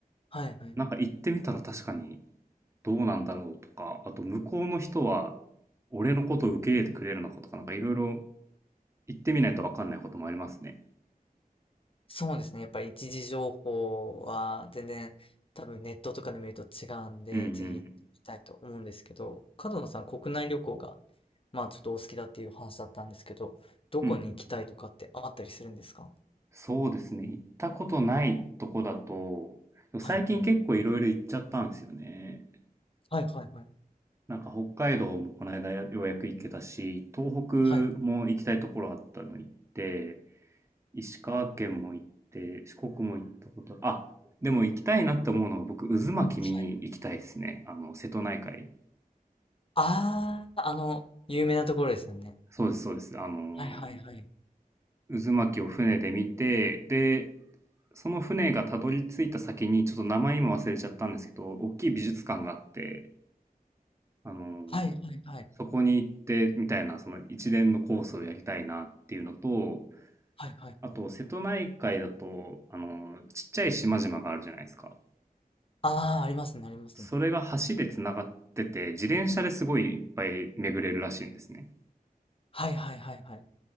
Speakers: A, on the left; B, on the right.
A: はいはい。
B: なんか行ってみたら確かにどうなんだろうとか、あと向こうの人は俺のことを受け入れてくれるのかとか、なんかいろいろ行ってみないと分かんないこともありますね。
A: そうですね。やっぱり一次情報は全然多分ネットとかで見ると違うんで、
B: うんうん。
A: ぜひ行きたいと思うんですけど、角野さん国内旅行がまあちょっとお好きだっていう話だったんですけど、どこに行きたいとかってあったりするんですか
B: うん。そうですね。行ったことないとこだと、でも最近結構いろいろ行っちゃったんですよね。
A: はいはい。はいはいはい。
B: なんか北海道もこの間ようやく行けたし、東北も行きたいところあったの行って、
A: はい。
B: 石川県も行って、四国も行ったこと、あ、でも行きたいなって思うのが僕、渦巻き見に行きたいですね。
A: はい。
B: あの、瀬戸内海。
A: ああ、あの、有名なところですよね。
B: そうです、そうです。あの
A: はいはいはい。
B: 渦巻きを船で見て、で、その船がたどり着いた先に、ちょっと名前今忘れちゃったんですけど、大きい美術館があって、あの
A: はいはいはい。
B: そこに行ってみたいな、その一連のコースをやりたいなっていうのと、
A: はいはいはい。
B: あと、瀬戸内海だと、あのちっちゃい島々があるじゃないですか。
A: ああ、ありますね、ありますね。
B: それが橋でつながってて、自転車ですごいいっぱい巡れるらしいんですね。
A: はいはいはいはい